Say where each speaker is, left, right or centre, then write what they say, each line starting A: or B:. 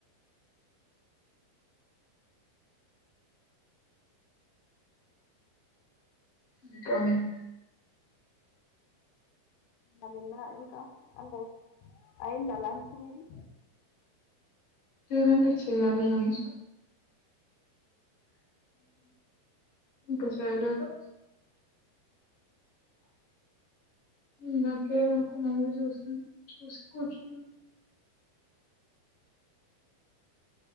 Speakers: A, on the left; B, on the left.
A: ఉమ్ కమిన్
B: అది తిన్న ఇంకా అంటే అయింద లంచ్ మీది
A: లేదండి చేయ్యాలి లంచ్
B: ఊ హుం
A: ఇంకా చేయలేదా ఇందాకే ఒక మూవీ చూస్తాను చూసి కూర్చున్నాను